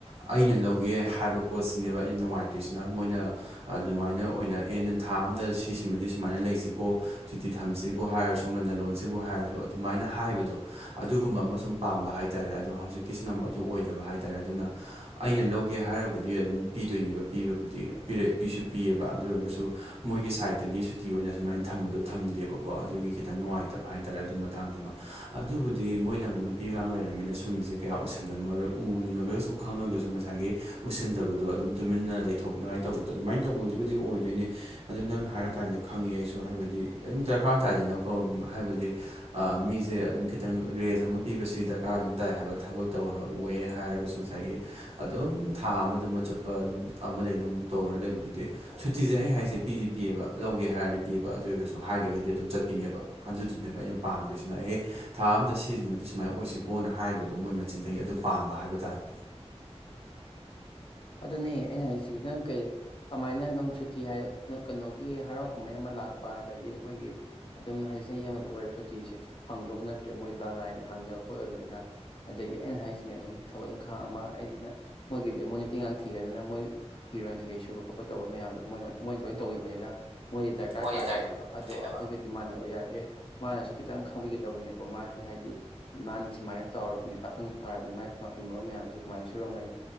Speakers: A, on the right (about 65°); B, on the left (about 50°).
A: ꯑꯩꯅ ꯂꯧꯒꯦ ꯍꯥꯏꯕ ꯄꯣꯠꯁꯤꯅꯦꯕ ꯌꯥꯝ ꯅꯨꯡꯉꯥꯏꯇ꯭ꯔꯤꯁꯤꯅ ꯃꯣꯏꯅ ꯑꯗꯨꯃꯥꯏꯅ ꯑꯣꯏꯅ ꯑꯦ ꯊꯥ ꯑꯝꯗ ꯁꯤꯁꯤꯃꯗꯤ ꯁꯨꯃꯥꯏꯅ ꯂꯩꯁꯤꯀꯣ ꯆꯤꯇꯤ ꯊꯝꯁꯤꯕꯨ ꯍꯥꯏꯔꯁꯨ ꯉꯟꯟꯅ ꯂꯣꯟꯁꯤꯕꯨ ꯍꯥꯏꯔꯁꯨ ꯑꯗꯨꯃꯥꯏꯅ ꯍꯥꯏꯕꯗꯣ ꯑꯗꯨꯒꯨꯝꯕ ꯑꯃ ꯁꯨꯝ ꯄꯥꯝꯕ ꯍꯥꯏꯇꯥꯥꯔꯦ ꯑꯗꯣ ꯍꯧꯖꯤꯛꯀꯤꯁꯤꯅ ꯑꯃꯨꯛ ꯑꯗꯨ ꯑꯣꯏꯗꯕ ꯍꯥꯏ ꯇꯥꯔꯦ ꯑꯗꯨꯅ ꯑꯩꯅ ꯂꯧꯒꯦ ꯍꯥꯏꯔꯕꯨꯗꯤ ꯑꯗꯨꯝ ꯄꯤꯗꯣꯏꯅꯦꯕ ꯄꯤꯕꯕꯨꯗꯤ ꯄꯤꯁꯨ ꯄꯤꯑꯕ ꯑꯗꯨ ꯑꯣꯏꯔꯒꯁꯨ ꯃꯣꯏꯒꯤ ꯁꯥꯏꯗꯠꯇꯒꯤ ꯁꯨꯇꯤ ꯑꯣꯏꯅ ꯁꯨꯃꯥꯏꯅ ꯊꯝꯕꯗꯣ ꯊꯝꯗꯦꯕꯀꯣ ꯑꯗꯨꯒꯤ ꯈꯤꯇꯪ ꯅꯨꯡꯉꯥꯏꯇꯕ ꯍꯥꯏꯇꯥꯔꯦ ꯑꯗꯨ ꯃꯇꯥꯡꯗꯨꯃ ꯑꯗꯨꯕꯨꯗꯤ ꯃꯣꯏꯅ ꯑꯃꯨꯛ ꯅꯨꯄꯤ ꯑꯉꯥꯡ ꯂꯩꯔꯝꯃꯤꯅ ꯁꯨꯝꯕꯁꯦ ꯀꯌꯥ ꯎꯁꯜꯂꯝꯃꯔꯣꯏ ꯎꯅꯤꯡꯉꯒꯁꯨ ꯈꯪꯉꯒꯁꯨ ꯁꯨ ꯉꯁꯥꯏꯒꯤ ꯎꯏꯁꯤꯟꯗꯕꯗꯣ ꯑꯗꯨꯝ ꯇꯨꯃꯤꯟꯅ ꯂꯩꯊꯣꯛꯅꯉꯥꯏ ꯇꯧꯕꯗꯣ ꯑꯗꯨꯃꯥꯏꯅ ꯇꯧꯕꯗꯨꯕꯨꯗꯤ ꯑꯣꯏꯗꯣꯏꯅꯤ ꯑꯗꯨ ꯅꯪ ꯍꯥꯏꯔꯀꯥꯟꯗ ꯈꯪꯉꯦ ꯑꯩꯁꯨ ꯍꯥꯏꯕꯗꯤ ꯑꯗꯨꯝ ꯗꯔꯀꯥꯔ ꯇꯥꯏꯗꯅꯀꯣ ꯍꯥꯏꯕꯗꯤ ꯑꯥ ꯃꯤꯁꯦ ꯑꯗꯨꯝ ꯈꯤꯇꯪ ꯔꯦꯁ ꯑꯃ ꯄꯤꯕꯁꯤ ꯗꯔꯀꯥꯔ ꯑꯗꯨꯝ ꯇꯥꯏ ꯍꯥꯏꯕ ꯊꯕꯛ ꯇꯧꯍꯋꯦ ꯍꯥꯏꯔꯒꯁꯨ ꯑꯥꯏꯒꯤ ꯑꯗꯨꯝ ꯊꯥ ꯑꯃꯗꯨꯃ ꯆꯨꯞꯄ ꯑꯗꯨ ꯑꯃꯗꯒ ꯑꯃꯨꯛ ꯇꯧꯔꯒ ꯂꯩꯕꯗꯨꯗꯤ ꯁꯨꯇꯤꯁꯦ ꯑꯩ ꯍꯥꯏꯁꯦ ꯄꯤꯒꯤ ꯄꯤꯑꯦꯕ ꯂꯧꯒꯦ ꯍꯥꯏꯔꯗꯤ ꯄꯤꯑꯦꯕ ꯑꯗꯨꯒꯁꯨ ꯍꯥꯏꯗ꯭ꯔꯒꯗꯤ ꯑꯗꯨꯝ ꯆꯠꯄꯤꯅꯦꯕ ꯑꯗꯨꯗꯨꯅꯦꯕ ꯑꯩꯅ ꯄꯥꯝꯗ꯭ꯔꯤꯁꯤꯅ ꯑꯦ ꯊꯥ ꯑꯝꯗ ꯁꯤꯁꯤꯃꯗꯤ ꯁꯨꯃꯥꯏꯅ ꯑꯣꯏꯁꯤꯀꯣꯅ ꯍꯥꯏꯕꯗꯣ ꯃꯣꯏ ꯃꯆꯤꯟꯗꯒꯤ ꯑꯗꯨ ꯄꯥꯝꯕ ꯍꯥꯏꯕ ꯇꯥꯔꯦ
B: ꯑꯗꯨꯅꯦ ꯑꯩꯅ ꯍꯥꯏꯁꯤ ꯅꯪ ꯀꯩ ꯑꯃꯥꯏꯅ ꯅꯪ ꯁꯨꯇꯤ ꯍꯥꯏ ꯀꯩꯅꯣꯒꯤ ꯍꯔꯥꯎ ꯀꯨꯝꯍꯩ ꯑꯃ ꯂꯥꯛꯄ ꯑꯗꯒꯤ ꯑꯩꯈꯣꯏꯒꯤ ꯑꯗꯨꯝ ꯍꯥꯏ ꯆꯍꯤ ꯑꯃꯗ ꯑꯣꯏꯔ ꯁꯨꯇꯤꯁꯦ ꯐꯪꯗꯕ ꯅꯠꯇ꯭ꯔꯦ ꯃꯣꯏ ꯂꯅꯥꯥꯏꯅꯦ ꯍꯥꯡꯖꯕꯄꯣꯠ ꯑꯣꯏꯕꯅꯤꯅ ꯑꯗꯒꯤ ꯑꯩꯅ ꯍꯥꯏꯁꯤꯅꯦ ꯑꯗꯨꯝ ꯊꯕꯛ ꯏꯪꯈꯥꯡ ꯑꯃ ꯍꯥꯏꯗꯤꯅ ꯃꯣꯏꯒꯤꯗꯤ ꯃꯣꯏꯅ ꯄꯤꯉꯥꯡ ꯊꯤꯒ꯭ꯔꯕꯅ ꯃꯣꯏ ꯍꯤꯔꯣꯏꯟ ꯀꯩꯀꯩ ꯁꯨꯕ ꯈꯣꯠꯄ ꯇꯧꯕ ꯃꯌꯥꯝꯗꯣ ꯃꯣꯏ ꯃꯣꯏꯅ ꯂꯣꯏ ꯇꯧꯕꯤꯕꯅꯤꯅ ꯃꯣꯏꯗꯤ ꯗꯔꯀꯥꯔ
A: ꯃꯣꯏꯒꯤ
B: ꯇꯥꯗꯦ ꯍꯥꯏꯕ ꯑꯗꯣ
A: ꯂꯩꯇꯦ ꯍꯥꯏꯕ
B: ꯑꯩꯈꯣꯏꯒꯗꯤ ꯃꯥꯟꯅꯕ ꯌꯥꯗꯦ ꯑꯦ ꯃꯥꯅꯁꯨ ꯈꯤꯇꯪ ꯈꯪꯕꯤꯒꯗꯕꯅꯤꯀꯣ ꯃꯥꯗꯤ ꯍꯥꯏꯗꯤ ꯃꯥꯗꯤ ꯁꯨꯃꯥꯏꯅ ꯆꯥꯎꯔꯕꯅꯤ ꯄꯥꯈꯪꯁꯨ ꯐꯔꯕꯅꯤ ꯃꯥꯏ ꯃꯐꯤ ꯃꯔꯣꯟ ꯃꯌꯥꯝꯁꯦ ꯀꯃꯥꯏꯅ ꯁꯨꯔꯝꯒꯅꯤ